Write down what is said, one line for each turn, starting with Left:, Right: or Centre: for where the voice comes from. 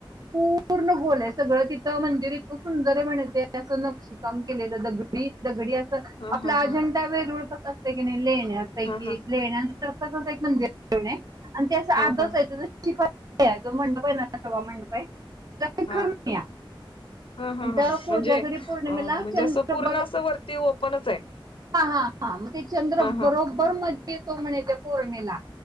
Right: खूप पूर्ण गोल आहे सगळं. तिथं मंदिर इतकं सुंदर आहेम्हणे ते असं नक्षीकाम केलेलं नी दगडी असं
Left: हा
Right: आपला
Left: हा
Right: अजिंठा,
Left: हा
Right: वेरूळ कसा असते की नाही, लेण्यांपैकी,
Left: हा हा
Right: लेण्या एक मंदिर <inaudible> आणि ते असं आतच
Left: हा हा
Right: आहे सभा मंडप आहे
Left: हा
Right: <unintelligible>
Left: हा हा
Right: आणि
Left: हा
Right: त्या कोजागिरी
Left: म्हणजे,
Right: पौर्णिमेला
Left: अ म्हणजे
Right: चंद्र
Left: असं, पूर्ण
Right: बरो
Left: असं वरती ओपनच आहे.
Right: हा हा हा मग ते चंद्र
Left: हा हा
Right: बरोबर मध्ये येतो, म्हणे त्या पौर्णिमेला.